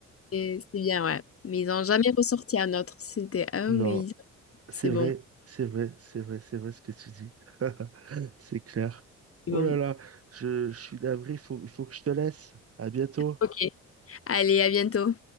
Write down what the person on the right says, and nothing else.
Non.
C'est
vrai,
c'est vrai, c'est vrai, c'est vrai ce que tu dis. <laughs> C'est clair.
Oh
là là, je, je suis navré, il faut, il faut que je te laisse. À bientôt.